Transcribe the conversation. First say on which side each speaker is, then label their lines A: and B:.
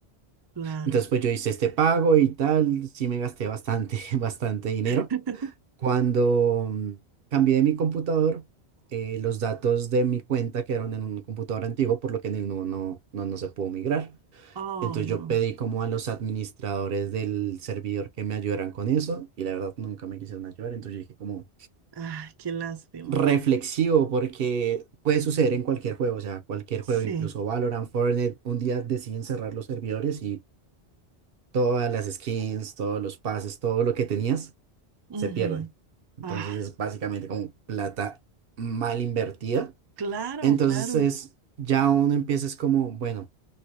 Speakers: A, on the right; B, on the right.
A: claro.
B: Entonces, pues yo hice este pago y tal, sí me gasté bastante, <laughs> bastante dinero.
A: <laughs>
B: Cuando mm, cambié mi computador, eh, los datos de mi cuenta quedaron en un computador antiguo, por lo que en el nuevo no, no, no se pudo migrar.
A: Ay,
B: Entonces
A: no.
B: yo pedí como a los administradores del servidor que me ayudaran con eso y la verdad nunca me quisieron ayudar. Entonces yo dije como
A: Ay, qué lástima.
B: reflexivo porque puede suceder en cualquier juego, o sea, cualquier
A: Sí.
B: juego, incluso Valorant, Fortnite, un día deciden cerrar los servidores y todas las skins, todos los pases, todo lo que tenías
A: ujú.
B: se pierde. Entonces
A: Ah,
B: es básicamente como plata mal invertida.
A: claro,
B: Entonces
A: claro.
B: es, ya uno empieza es como, bueno,